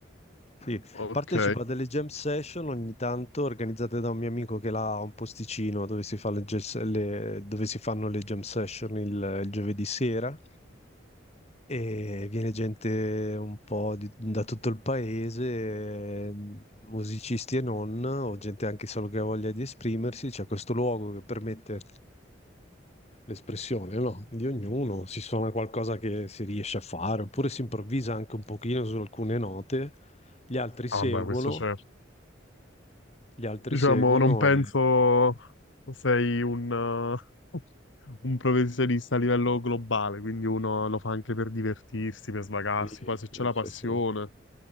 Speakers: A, on the left; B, on the left.
A: Sì,
B: Ok.
A: partecipo a delle jam session ogni tanto organizzate da un mio amico che là ha un posticino dove si fa le jazz- le- dove si fanno le jam session il, il giovedì sera e viene gente un po' di- da tutto il paese, eh, musicisti e non, o gente anche solo che ha voglia di esprimersi. C'è questo luogo che permette l'espressione, no? Di ognuno, si suona qualcosa che si riesce a fare, oppure si improvvisa anche un pochino su alcune note, gli altri seguono
B: Ah, vabbè, questo c'è.
A: gli altri
B: Diciamo,
A: seguono
B: non penso
A: e...
B: sei un, eh, <laughs> un professionista a livello globale, quindi uno lo fa anche per divertirsi, per svagarsi.
A: Sì,
B: Poi se
A: sì,
B: c'è la passione,
A: sì, sì,